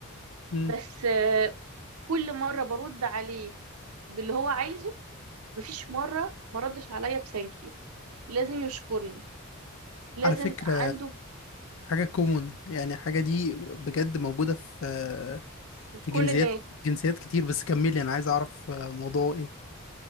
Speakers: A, on the left; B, on the right.
A: مم.
B: بس آه، كل مرة برد عليه باللي هو عايزه مفيش مرة ما ردش عليا بثانك يو لازم يشكرني لازم
A: على فكرة
B: عنده
A: حاجة كومون يعني حاجة دي بجد موجودة في آه، في
B: كل
A: جنسيات
B: الناس
A: جنسيات كتير بس كملي انا عايز اعرف آه، موضوعه ايه